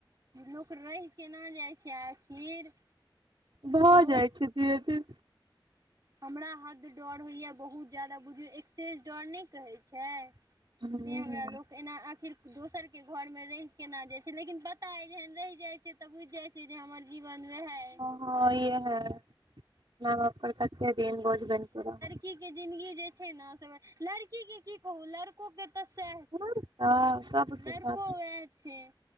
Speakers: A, on the right; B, on the right.
A: लोक रैह केना जाय छै आखिर।
B: भऽ
A: लोक
B: जाय छै धीरे-धीरे।
A: हमरा हद डर होयया बहुत जादा बुझयौ एक्सेस डर नै कहै छै। से
B: हूँ
A: हमरा लोक तऽ एना आखिर दोसर के घर मे रैह केना जाय छै लेकिन पता अय जेहेन रैह जाय छैऽ तऽ बुझ जाय छै जे हमर जीवन वेहाए अय।
B: हां इहाए माय-बाप पर कते दिन बोझ बैन के रहब।
A: की के जिन्दगी जे छै ना से वाए लड़की के की कहु लड़को के तऽ साएह
B: रहल
A: छै,
B: तऽ सबके
A: लड़को
B: साथ
A: वाएह छै।